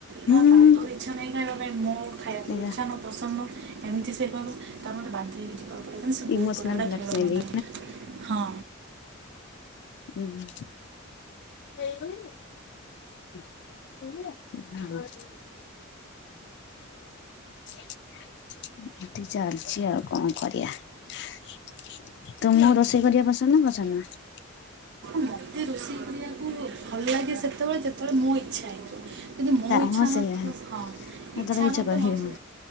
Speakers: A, on the left; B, on the right.
A: ହୁଁ
B: ନା ତାଙ୍କର ଇଚ୍ଛା ନାଇଁ ଖାଇବା ପାଇଁ ମୋ ଖାଇବା
A: ସେଇଆ
B: ତୋ ଇଚ୍ଛା ନୁଅ ପସନ୍ଦ ନୁଅ ଏମିତି ସେ ତାପରେ ମତେ ବାଧ୍ୟ ହେଇକି ଯିବାକୁ ପଡ଼ିବ କାରଣ ସେ ବହୁତ
A: ଇମୋସନାଲ
B: ବଢିଆ ବଢିଆ
A: ବ୍ଲାକମେଲିଂ।
B: ଖାଇବା ବନାନ୍ତି ହଁ।
A: ହୁଁ ହେଇ ଗଲା। ହେଇଗଲା। <inaudible> ଏଠି ଚାଲିଚି ଆଉ କଣ କରିଆ। ତମକୁ ରୋଷେଇ କରିବା ପସନ୍ଦ ନା ପସନ୍ଦ ନୁହଁ?
B: ମୋତେ ରୋଷେଇ କରିବାକୁ ଭଲ ଲାଗେ ସେତେବେଳେ ଯେତେବେଳେ ମୋ ଇଚ୍ଛା ହେଇଥିବ। ଯଦି ମୋ ଇଚ୍ଛା
A: ହଁ
B: ନ
A: ସେଇଆ
B: ଥିବ ହଁ
A: କେତେବେଳେ
B: ଇଚ୍ଛା ନ ଥିବ
A: କରେ
B: ମତେ